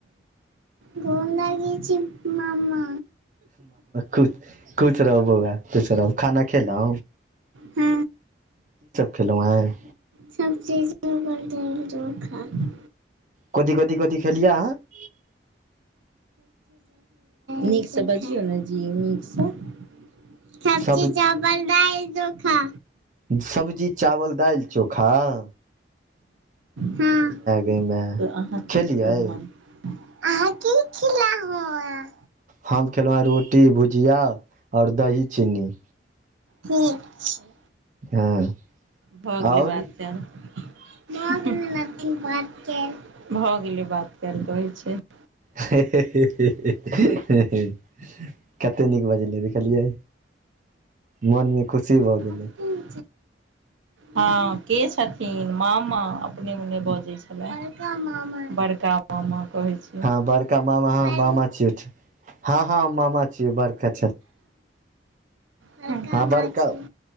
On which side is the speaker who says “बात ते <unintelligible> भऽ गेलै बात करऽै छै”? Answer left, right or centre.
Right